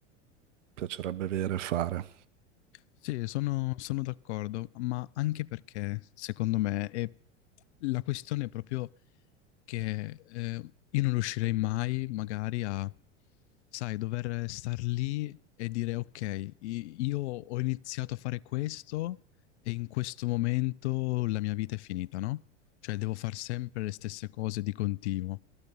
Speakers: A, on the right; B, on the left.
A: piacerebbe avere e fare.
B: Sì, sono, sono d'accordo, ma anche perché secondo me è la questione è proprio che eh, io non riuscirei mai magari a, sai, dover star lì e dire ok, i- io ho iniziato a fare questo e in questo momento la mia vita è finita, no? Cioè devo fare sempre le stesse cose di continuo.